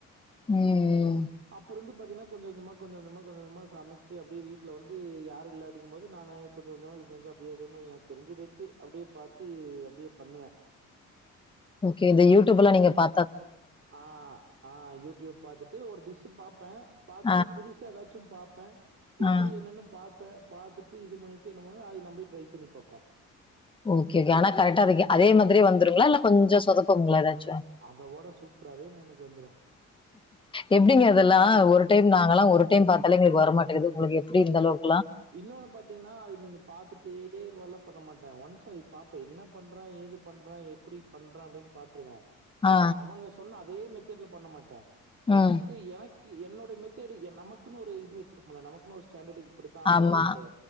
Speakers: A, on the left; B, on the right.
A: ம்.
B: அப்பற இருந்து பப்பதின கொஞ்ச கொஞ்சமா கொஞ்சம் கொஞ்சமா கொஞ்ச கொஞ்சமா சமைச்சு அப்பிடியே வீட்ல வந்து யாரு இல்லாட்டிம் போது நான் கொஞ்ச கொஞ்ச கொஞ்சம் அப்பிடியே ஏது எனக்கு தெரிஞ்சுது அப்பிடியே பாத்து அப்பிடியே பண்ணுவேன்
A: ஓகே இந்த யூடியூப்லா நீங்க பா
B: ஆ ஆ யூடியூப் பாத்துட்டு ஒரு டிஷ் பாப்பேன் பாத்துட்டு
A: ஆ,
B: புதுசா ஏதாச்சு ட்டும் பாப்பேன் எப்பிடி
A: ஆ.
B: என்னன்னு பா இப்ப பாத்துட்டு இது பண்ணிட்டு என்ன பண்ணுவ அதை நம்பே ட்ரை பண்ணி பாப்போம்
A: ஓகேங்களா ஆனா கரெக்டா அரதுக்கு அதே மாரி அதே வந்துருங்களா இல்லப் கொஞ்சம் சொதப்புங்களா எதாச்சும்
B: அதோட சூப்பராவே நான் எனக்கு வந்துரும்.
A: எப்பிடிங்க அதெல்லாம் ஒரு டென் வாங்கல ஒரு டைம் பாத்தாலே எங்களுக்கு வரமாட்டேக்குது உங்களுக்கு எப்பிடி இந்த அளவுக்கு
B: இன்னொன்னு பாத்தீகங்னா அதை நீங்க பாத்துட்டே <unintelligible> பண்ண மாட்டேன் ஒன்ஸ் அது பாப்ப என்னா பண்றா ஏது பண்றா எப்டி பண்றா அப்டின் பாத்ருவ பட்
A: ஆ,
B: அவங்க சொன்ன அத் தே மெத்தட்ல பண்ண மாட்ட
A: ம்.
B: எனக்கு எனக் கு என்னோடைய மெத்தேடு எ நமக்குனு ஒரு இது வெச்சிருப்போல்ல நமக்குனு ஒரு ஸ்டாண்டடு இதா அப்டின்
A: ஆமா,
B: சொல்ட்டு